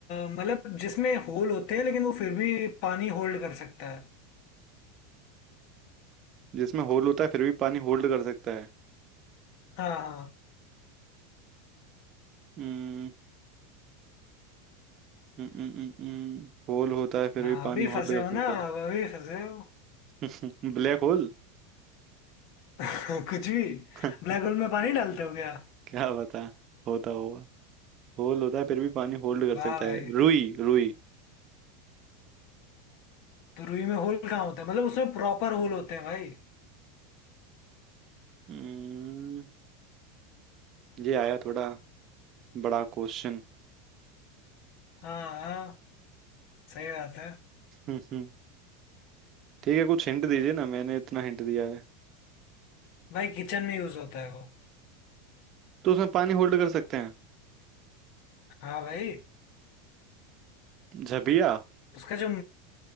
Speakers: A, on the left; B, on the right.
A: मतलब जिसमें होल होते हैं लेकिन वो फिर भी पानी होल्ड कर सकता है
B: जिसमें होल होता है फिर भी पानी होल्ड कर सकता है
A: हाँ हाँ
B: हम्म हम्म, हम्म, हम्म, हम्म। होल होता है फिर
A: हाँ
B: भी पानी
A: अभी
B: होल्ड
A: फंसे
B: कर
A: हो ना
B: सकता
A: आप अभी फंसे हो
B: है <laughs> Black hole
A: <laughs> कुछ भी
B: <laughs>
A: ब्लैक होल में पानी डालते हो क्या
B: क्या बता होता होगा होल होता है फिर भी पानी होल्ड कर
A: वाह
B: सकता
A: भाई
B: है रुई रुई
A: तो रुई में होल कहाँ होता है मतलब उसमें प्रॉपर होल होते हैं भाई
B: हम्म, ये आया थोड़ा बड़ा क्वेश्चन
A: हाँ हाँ सही बात है
B: <laughs> ठीक है कुछ हिंट दीजिए ना मैंने इतना हिंट दिया है
A: भाई किचन में यूज होता है वो
B: तो उसमें पानी होल्ड कर सकते हैं
A: हाँ भाई
B: झबिया
A: उसका जो